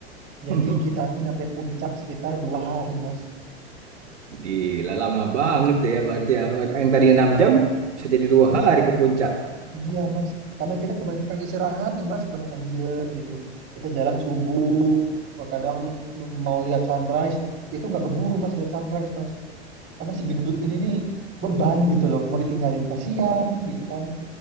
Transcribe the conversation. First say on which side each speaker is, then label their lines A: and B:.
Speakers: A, on the right (about 40°); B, on the right (about 85°).
A: Jadi
B: <laughs>
A: kita tuh nyampe puncak sekitar dua hari mas.
B: Gila lama banget ya berarti ya. Yang tadinya 6 jam bisa jadi dua hari ke puncak.
A: Iya mas. Karena kita kebanyakan istirahat ya mas, kebanyakan diem gitu. Kita jalan subuh, kadang mau lihat sunrise, itu nggak keburu mas lihat sunrise mas. Karena si gendut ini nih beban gitu loh, mau ditinggalin kasihan gitu kan.